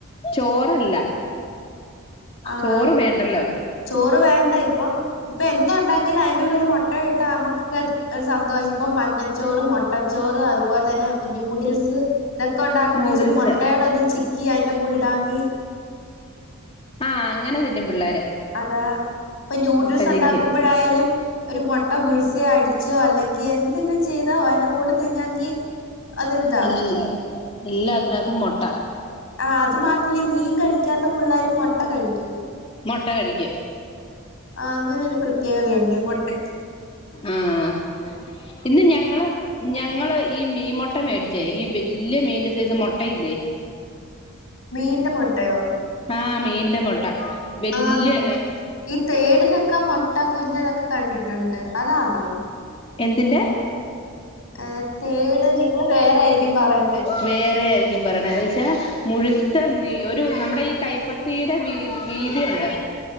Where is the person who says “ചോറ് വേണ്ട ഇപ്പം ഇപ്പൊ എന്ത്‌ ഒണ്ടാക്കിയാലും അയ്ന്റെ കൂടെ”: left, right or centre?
Left